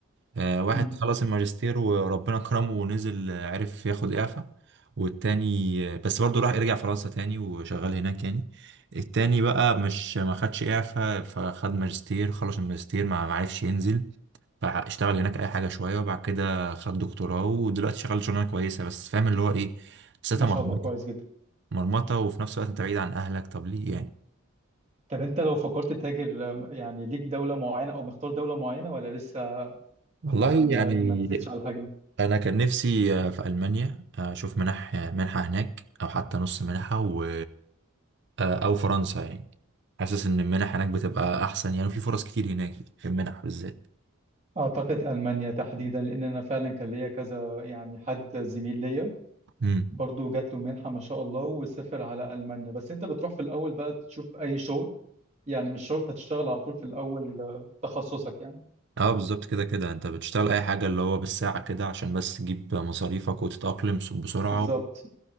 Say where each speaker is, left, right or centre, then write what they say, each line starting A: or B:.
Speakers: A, on the right; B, on the right.
A: آه، واحد
B: امم
A: خلص الماجستير وربنا كرمه ونزل آه، عرف ياخد اعفاء والتاني آه، بس برضه راح رجع فرنسا تاني وشغال هناك يعني التاني بقى مش ما خدش اعفاء فخد ماجستير خلص الماجستير ما ما عرفش ينزل فاشتغل هناك اي حاجه شويه وبعد كده خد دكتوراه ودلوقتي شغال شغلانه كويسه بس فاهم اللي هو ايه حسيتها
B: ما
A: مرمطه
B: شاء الله كويس جدا
A: مرمطه وفي نفس الوقت انت بعيد عن اهلك طب ليه يعني
B: طب انت لو فكرت تهاجر آم، يعني ليك دولة معينة او مختار دولة معينة ولا لسه
A: والله
B: ما ما
A: يعني
B: ما رسيتش على حاجة
A: انا كان نفسي آه، في المانيا آه، اشوف منح آه، منحه هناك او حتى نص منحه و آه، او فرنسا يعني حاسس ان المنح هناك بتبقى احسن يعني وفي فرص كتير هناك في المنح بالذات
B: اعتقد المانيا تحديدا لان انا فعلا كان ليا كذا يعني حد زميل ليا
A: امم
B: برضو جات له منحة ما شاء الله وسافر على المانيا بس انت بتروح في الاول بقى تشوف اي شغل يعني مش شرط هتشتغل على طول في الاول آه، تخصصك يعني
A: اه بالظبط كده كده انت بتشتغل اي حاجه اللي هو بالساعه كده عشان بس تجيب مصاريفك وتتاقلم بسرعه
B: بالظبط
A: و...